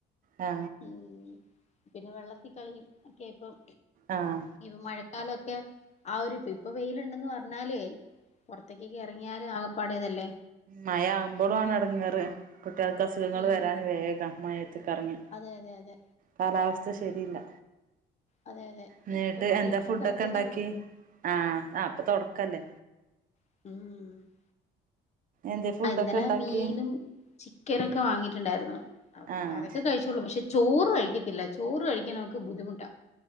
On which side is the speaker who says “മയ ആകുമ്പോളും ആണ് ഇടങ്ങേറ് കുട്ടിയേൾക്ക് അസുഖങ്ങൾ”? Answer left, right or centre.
Right